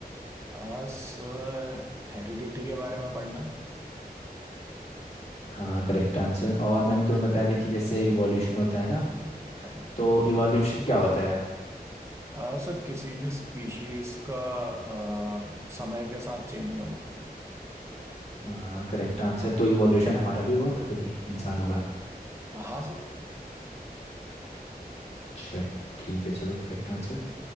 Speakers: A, on the right; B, on the left.
A: हाँ सर हेरिडिटी के बारे में पढ़ना
B: हाँ करेक्ट आंसर और मैंने तुम्हें बताया था कि जैसे इवोल्यूशन होता है ना
A: नहीं।
B: तो इवोल्यूशन क्या होता है
A: हाँ सर किसी भी स्पीशीज का आ, समय के साथ चेंज होना
B: हाँ करेक्ट आंसर तो इवोल्यूशन हमारा भी हुआ था कभी इंसानों का
A: हाँ सर
B: अच्छा ठीक है चलो करेक्ट आंसर